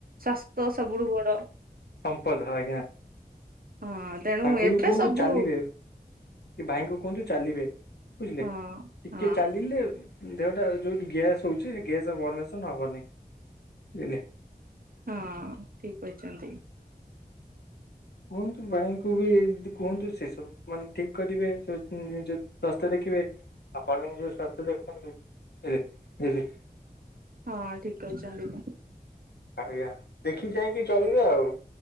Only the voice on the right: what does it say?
ସ୍ଵାସ୍ଥ୍ୟ ସବୁଠୁ ବଡ।
ହଁ। ତେଣୁ
ଏବେ
ସବୁ
ହଁ
ହଁ
ହଁ ଠିକ୍ କହିଛନ୍ତି।
ହଁ ଠିକକହିଁ ଛନ୍ତିପା।